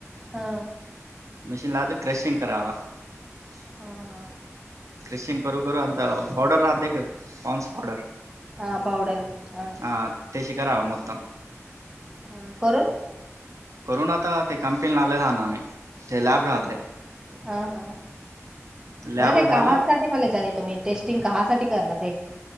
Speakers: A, on the right; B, on the right.
A: हा
B: मशीन लाते क्रेशिंग करावा <unintelligible>
A: हा हां
B: क्रिशिंग करू करू आता पावडर राहतते का पाॉन्स पावडर <unintelligible>
A: हा पावडर हा
B: ह त्याशी करावां मतम <unintelligible>
A: ह करून.
B: करून आता ते कंपनीला आले राह ना आम्ही ते लॅब राहते.
A: हा हा
B: लॅब
A: म ते
B: झाल्या
A: का मला जाण तुम्ही टेस्टिंग काहासाठी करणार. ते.